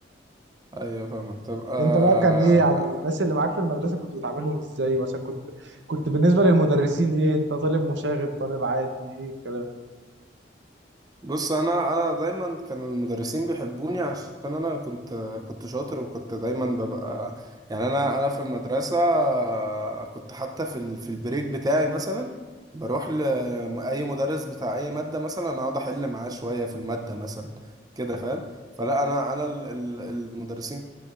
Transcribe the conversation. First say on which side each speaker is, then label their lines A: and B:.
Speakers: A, on the right; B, on the right.
A: ايوه فاهمك طب آه...
B: انت بقى كان ايه يعني الناس اللي معاك في المدرسه كنت بتعاملهم ازاي مثلا كنت كنت بالنسبه للمدرسين ايه انت طالب مشاغب طالب عادي ايه الكلام
A: بص انا انا دايما كانوا المدرسين بيحبوني عشان انا كنت كنت شاطر وكنت دايما ببقى يعني انا انا في المدرسه آه، كنت حتى في ال- في البريك بتاعي مثلا بروح لاي مدرس بتاع اي ماده مثلا اقعد احل معاه شويه في الماده مثلا كده فاهم فلا انا انا ال- ال- المدرسين